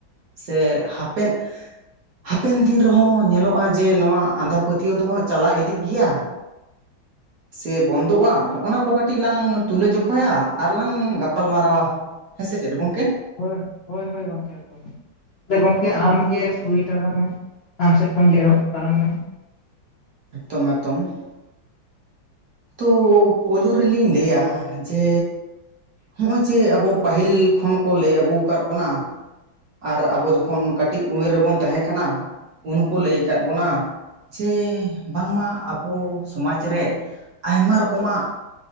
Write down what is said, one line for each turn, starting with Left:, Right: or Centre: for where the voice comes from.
Right: ᱥᱮ ᱦᱟᱯᱮᱫ ᱾ ᱦᱟᱯᱮᱱ ᱫᱤᱱ ᱨᱮᱦᱚᱸ ᱧᱮᱞᱚᱜᱼᱟ ᱡᱮ ᱱᱚᱣᱟ ᱟᱸᱫᱷᱟ ᱯᱟᱹᱛᱭᱟᱹᱣ ᱫᱚᱦ ᱪᱟᱞᱟᱣ ᱤᱫᱤᱜ ᱜᱮᱭᱟ ᱾ ᱥᱮ ᱵᱚᱱᱫᱚᱜᱼᱟ ᱦᱚᱜᱼ ᱱᱟ ᱠᱚ ᱠᱟᱹᱴᱤᱡ ᱞᱟᱝ ᱛᱩᱞᱟᱹᱡᱚᱠᱷᱟᱭᱟ ᱟᱨᱞᱟᱟᱝ ᱜᱟᱯᱟᱞ ᱢᱟᱨᱟᱣᱟ ᱾ ᱦᱮᱸ ᱥᱮ ᱪᱮᱫ ᱜᱚᱝᱠ?
Left: ᱦᱳᱭ ᱦᱳᱭ ᱦᱳᱭ ᱜᱚᱢᱠᱮ ᱮᱠᱫᱚᱢ ᱟ ᱜᱚᱢᱠᱮ ᱟᱢᱜᱮ ᱦᱩᱭᱩᱭ ᱛᱟᱞᱟᱝ ᱢᱮ ᱟᱢ ᱥᱮᱫ ᱠᱷᱚᱱ ᱜᱮ ᱮᱨᱚᱜ ᱛᱟᱞᱟᱝ ᱢᱮ ᱾
Right: ᱮᱠᱫᱚᱢ ᱮᱠᱫᱚᱢ ᱾ ᱛᱚ ᱯᱳᱭᱞᱳ ᱨᱮᱞᱤᱧ ᱞᱟᱹᱭᱟ ᱡᱮ ᱦᱚᱜᱼᱚᱭ ᱡᱮ ᱟᱵᱚ ᱯᱟᱹᱦᱤᱞ ᱠᱷᱚᱱ ᱠᱚ ᱞᱟᱹᱭ ᱟᱹᱜᱩ ᱟᱠᱟᱫ ᱵᱚᱱᱟ ᱾ ᱟᱨ ᱟᱵᱚ ᱡᱚᱠᱷᱚᱱ ᱠᱟᱹᱴᱤᱡ ᱩᱢᱮᱨ ᱨᱮᱵᱚᱱ ᱛᱟᱦᱮᱸ ᱠᱟᱱᱟ ᱩᱱ ᱦᱚᱸᱠᱚ ᱞᱟᱹᱭ ᱟᱠᱟᱫ ᱵᱚᱱᱟ ᱾ ᱡᱮ, ᱵᱟᱝᱢᱟ ᱟᱵᱚ ᱥᱚᱢᱟᱡᱽ ᱨᱮ, ᱟᱭᱢᱟ ᱨᱚᱠᱚᱢᱟᱜ ᱼᱼ